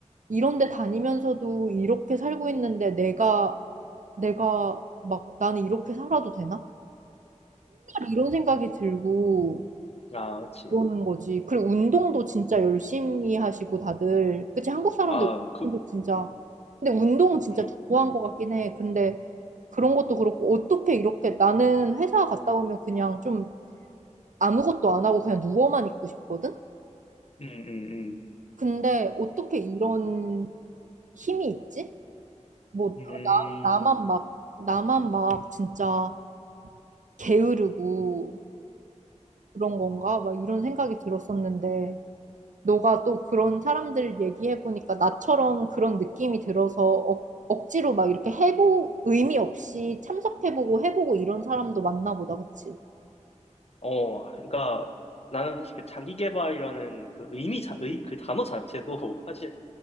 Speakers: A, on the right (about 85°); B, on the left (about 55°).
A: 이런 데 다니면서도 이렇게 살고 있는데 내가 내가 막 나는 이렇게 살아도 되나? 이런 생각이 들고
B: 아, 그치.
A: 그러는 거지. 그리고 운동도 진짜 열심히 하시고 다들. 그치? 한국 사람들
B: 아, 그,
A: 운동도 진짜. 근데 운동은 진짜
B: 음,
A: 좋아한 것 같긴 해. 근데 그런 것도 그렇고 어떻게 이렇게 나는 회사 갔다 오면 그냥 좀 아무것도 안 하고 그냥 누워만 있고 싶거든?
B: 음, 음,
A: 근데 어떻게 이런 힘이 있지? 뭐
B: 음.
A: 나,
B: 음.
A: 나만 막 나만 막 진짜 게으르고 그런 건가? 막 이런 생각이 들었었는데 너가 또 그런 사람들 얘기해보니까 나처럼 그런 느낌이 들어서 억, 억지로 막 이렇게 해보, 의미 없이 참석해보고 해보고 이런 사람도 맞나 보다, 그치?
B: 어, 그러니까 나는 사실 그 자기계발이라는 그 의미 자, 의, 그 단어 자체도 <laughs> 사실